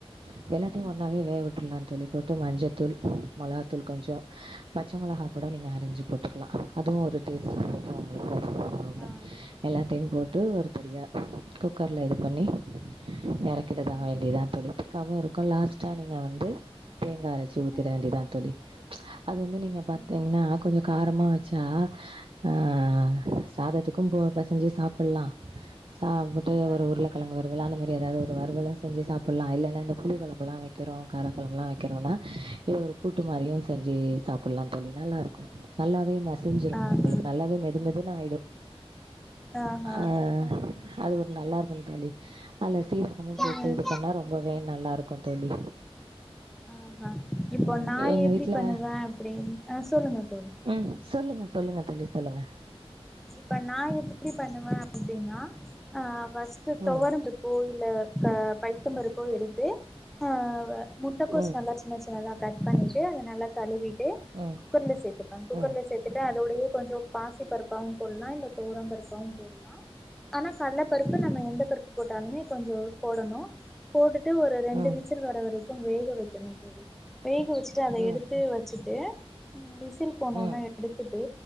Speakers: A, on the right (about 60°); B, in the centre.
A: இது எல்லாத்தையும்
B: ம்
A: ஒன்னாவே வேக விடு ட்ருலாந் தோழி போட்டு மஞ்சத்தூள் மொளகாத்தூள் கொஞ்சோ பச்ச மொளகா கூட நீங்க அரிஞ்சு போட்டுக்கலா அதுவு ஒரு டேஸ்ட்டு கெடைக்கு
B: ஆ
A: உங்களுக்கு <inaudible>
B: ஆ
A: எல்லாத்தையும் போட்டு ஒரு பெரிய குக்கர்ல இது பண்ணி எறக்கிடதா
B: ஆ
A: வேண் டியதுதா தோழி திக்காவு இருக்கு லாஸ் ட்டா நீங்க வந்து தேங்கா அரைச்சு ஊத்திட
B: ம்
A: வேண்டியதுதா தோழி அது வந்து நீங்க பாத்தீங்கன்னா
B: ஆ
A: ஆ கொஞ்ச காரமா வச் சா ஆ சாதத்துக்கு போ பெசஞ்சு சாப்பட்லா சாப்புட்டு ஒரு
B: ஆ
A: உருளக்கெழங்கு வறுவலு அந்த மாரி எதாவது ஒரு வறுவலு வச்சு சாப்பட்லா இல்லன்னா இந்த புளி கொழம்பு எல்லா வைக்கிறோ கார கொழம்பல்லா வைக்கிறோன்னா இத ஒரு கூட்டு மாரியு செஞ்சு சா ப்பட்லா தோழி நல்லா இருக்கு நல்லாவே ம சிஞ்சிரு
B: ஆஹா
A: உங்களுக்கு நல்லாவே மெதுமெது னு ஆயிடு
B: ஆஹா
A: ஆ அது ஒரு நல்லா இருக்கு தோழி அதுல சீரகமு போட்
B: ம்
A: பண்ணா ரொம்பவே நல்லா இருக்குந் தோழி
B: ஆ ஹா இப்போ
A: ம்
B: நா
A: எங்க
B: எப்டி
A: வீட்ல
B: பண்ணுவே அப்பிடின் ஆ சொல்லுங்க தோழி
A: ம் சொல்லுங்க சொல்லுங்க தோழி சொல்லுங்க
B: இப்ப நா எப்பிடி பண்ணுவே அப்டின்னா ஆ ஃபஸ்ட்டு தொவரம்பருப்பு
A: ம்
B: இல் ல க பயத்தம்பருப் போ எடுத்து ஆ முட்டக்கோஸ்
A: ம்
B: நல்லா சின்ன சின்னதா கட் பண்ணிட்டு அத நல்லா கழுவி ட்டு
A: ம்
B: குக்கர்ல சேத்துப்பே குக்கர்ல
A: ம் ம்
B: சேத்துட்டு அத அதோடயே கொஞ்சோ பாசிப்பருப்பாவு போட்லா இல்ல துவரம்பருப்பாவு போட்லா ஆனா கல்ல பருப்பு நம்ம எந்த பருப் போட்டாலுமே கொஞ்சோ போடணு போட்டுட் டு ஒரு ரெண்டு
A: ம் ம்
B: விசில் வர வரை வேக வைக்கணும் தோழி வேக வச்சுட்டு அதை
A: ம்
B: எடுத்து வச்சுட்டு உம் விசில் போனோன
A: ம் ம்
B: எடுத்துட்டு